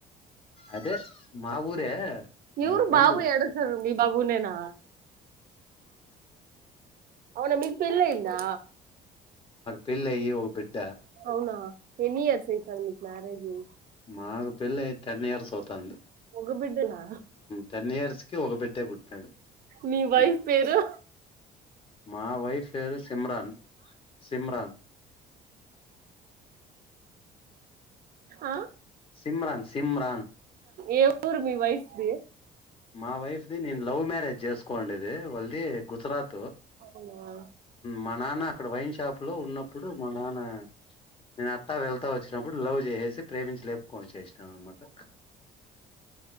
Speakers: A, on the left; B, on the right.
A: అదే మా ఊరే కొం
B: ఎవరు
A: బందు
B: బాబు ఏడుస్తారు మీ బాబునేనా అవునా మీకు పెళ్ళ అయిందా
A: పళ్ల్ అయి ఒక బిడ్
B: అవునా ఎన్నియర్ సైత మ్యారేజీ
A: మాకు పెళ్ళి అయి టెన్ ఇయర్స్ అవుతుంది
B: మగ బిడ్డనా
A: టన్ని ఇయర్స్ కి ఒకబట్టే పుట్టిన్నాడు
B: మీ వైఫ్ పేరు
A: మా వైఫ్ పేరు సిమ్రాన్ సిమ్రాన్
B: ఆ
A: సిమ్రాన్ సిమరన్
B: ఏ ఊరు మీ వయసుది
A: మా వైఫ్ ది నేను లవ్ మ్యారేజ్ చేసుకో కంది వల్ది గుజరాత్
B: అవునా
A: మా నాన్న అక్కడ వైన్ షాప్ లో ఉన్నప్పుడు మా నాన్న నేను అట్టా వెళ్తా వచ్చినప్పుడు లవ్ చేసేసి ప్రేమించి లేపుకొనిచ్చసాను అనమాట